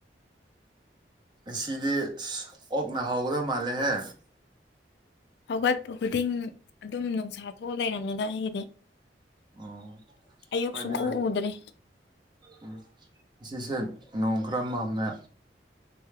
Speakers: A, on the right; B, on the left.
A: ꯑꯁꯤꯗꯤ ꯑꯣꯛꯅ ꯍꯥꯎꯒꯗꯧ ꯃꯥꯜꯂꯦꯍꯦ
B: ꯍꯧꯒꯠꯄ ꯈꯨꯗꯤꯡ ꯑꯗꯨꯝ ꯅꯨꯡꯁꯥ ꯊꯣꯛꯑ ꯂꯩꯔꯝꯃꯦꯗ ꯑꯩꯒꯤꯗꯤ
A: ꯑꯣ
B: ꯑꯌꯨꯛ
A: ꯍꯣꯏ
B: ꯁꯨꯡ
A: ꯑꯗꯨꯅꯦ
B: ꯎ ꯎꯗ꯭ꯔꯤ
A: ꯎꯝ ꯉꯁꯤꯁꯦ ꯅꯣꯡ ꯈꯔ ꯃꯝꯃꯦ